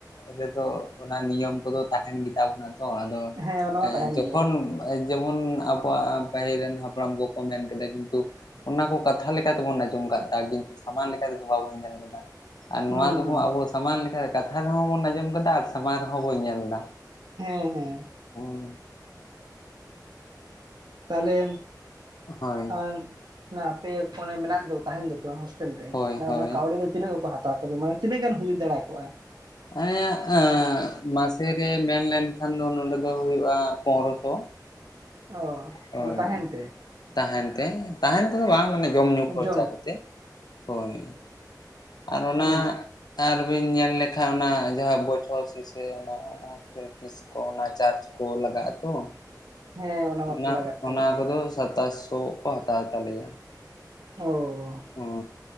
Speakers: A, on the left; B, on the right.
A: ᱨᱮᱫᱚ ᱚᱱᱟ ᱱᱤᱭᱚᱢ ᱠᱚᱫᱚ ᱛᱟᱦᱮᱱ ᱜᱮᱛᱟ ᱵᱚᱱᱟ᱾ ᱛᱚ ᱟᱫᱚ
B: ᱦᱮᱸ ᱚᱱᱟ ᱢᱟ
A: ᱮᱻ
B: ᱛᱟᱦᱮᱱ
A: ᱡᱚᱠᱷᱚᱱ
B: ᱜᱮᱭᱟ
A: ᱡᱮᱢᱚᱱ ᱟᱵᱚᱣᱟᱜ ᱯᱟᱹᱦᱤᱞ ᱨᱮᱱ ᱦᱟᱯᱲᱟᱢ ᱠᱚᱠᱚ ᱢᱮᱱ ᱠᱮᱫᱟ ᱠᱤᱱᱛᱩ ᱚᱱᱟ ᱠᱚ ᱠᱟᱛᱷᱟ ᱞᱮᱠᱟᱛᱮᱵᱚᱱ ᱟᱸᱡᱚᱢ ᱟᱠᱟᱜ ᱠᱤᱱᱛᱩ ᱥᱟᱢᱟᱱ ᱞᱮᱠᱟᱛᱮᱫᱚ ᱵᱟᱵᱧ ᱧᱮᱞ ᱠᱟᱫᱟ᱾ ᱟᱨ ᱱᱚᱣᱟ
B: ᱦᱩᱸ
A: ᱫᱚᱵᱚᱱ
B: ᱦᱩᱸ
A: ᱟᱵᱚ ᱥᱟᱢᱟᱱ ᱞᱮᱠᱟ ᱠᱟᱛᱷᱟ ᱨᱮᱦᱚᱸ ᱵᱚᱱ ᱟᱸᱡᱚᱢ ᱠᱟᱫᱟ ᱟᱨ ᱥᱟᱢᱟᱱ ᱨᱮᱦᱚᱸ ᱵᱚᱱ ᱧᱮᱞ ᱫᱟ᱾
B: ᱦᱮᱸ ᱦᱮᱸ᱾
A: ᱚᱻ
B: ᱛᱟᱦᱚᱞᱮ
A: ᱦᱳᱭ
B: ᱟᱻ ᱚᱱᱟ ᱟᱯᱮ ᱚᱱᱮ ᱢᱮᱱᱟᱜ ᱫᱚ ᱛᱟᱸᱦᱮᱱ ᱫᱚᱠᱚ
A: ᱦᱳᱭ
B: ᱨᱮ
A: ᱦᱳᱭ
B: ᱚᱱᱟ ᱠᱟᱹᱣᱰᱤ ᱫᱚ ᱛᱤᱱᱟᱹᱜ ᱠᱚᱠᱚ ᱦᱟᱛᱣ ᱛᱟᱠᱚᱣᱟ ᱢᱟᱱᱮ ᱛᱤᱱᱟᱹᱜ ᱜᱟᱱ ᱦᱩᱭ ᱫᱟᱲᱮ ᱠᱚᱜᱼᱟ?
A: ᱮᱸ ᱮᱻ ᱱᱟᱥᱮ ᱜᱮ ᱢᱮᱱᱞᱮᱱᱠᱷᱟᱱ ᱫᱚ ᱱᱚᱰᱮ ᱫᱚ ᱦᱩᱭᱩᱜᱼᱟ ᱯᱚᱱᱨᱚᱥᱚ,
B: ᱚ᱾
A: ᱦᱳᱭ
B: ᱢᱟᱱᱮ ᱛᱟᱦᱮᱱ ᱛᱮ
A: ᱛᱟᱦᱮᱱ ᱛᱮ ᱛᱟᱦᱮᱱ ᱛᱮᱫᱚ ᱵᱟᱝ ᱢᱟᱱᱮ ᱡᱚᱢ ᱧᱩ
B: ᱡᱚᱢ
A: ᱠᱷᱚᱨᱪᱟ ᱠᱚᱛᱮ᱾ ᱦᱳᱭ᱾ ᱟᱨ ᱚᱱᱟ
B: ᱦᱩᱸ
A: ᱟᱨᱵᱤᱱ ᱧᱮᱞ ᱞᱮᱠᱷᱟᱱ ᱚᱱᱟ ᱡᱟᱦᱟᱸ ᱵᱚᱪᱷᱚᱨ ᱥᱮᱥᱮ ᱚᱱᱟ, ᱦᱳᱥᱴᱮᱞ ᱯᱷᱤᱥ ᱠᱚ ᱚᱱᱟ ᱪᱟᱨᱡ ᱠᱚ ᱞᱟᱜᱟᱜᱼᱟ ᱛᱚ,
B: ᱦᱮᱸ ᱢᱟᱛᱚ
A: ᱚᱱᱟ
B: ᱞᱟᱜᱟᱜ ᱠᱟᱱ
A: ᱚᱱᱟ
B: ᱜᱮ
A: ᱠᱚᱫᱚ ᱥᱟᱛᱟᱥ ᱥᱚ ᱠᱚ ᱦᱟᱛᱟᱣ ᱛᱟᱞᱮᱭᱟ᱾
B: ᱚᱻ
A: ᱚ